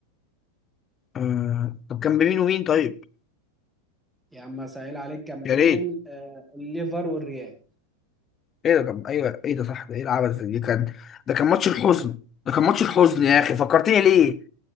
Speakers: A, on the left (about 25°); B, in the centre.
A: آه... طب كان بمين ومين طيب؟
B: يا عم سهل عليك كام
A: يا
B: بين
A: ريت
B: آه، الليفر والريال
A: ايه ده طب ايوه ايه ده صح ده ايه العبث ده دي كان ده كان ماتش الحزن
B: آه،
A: ده كان ماتش الحزن يا
B: ايوه
A: اخي فكرتني ليه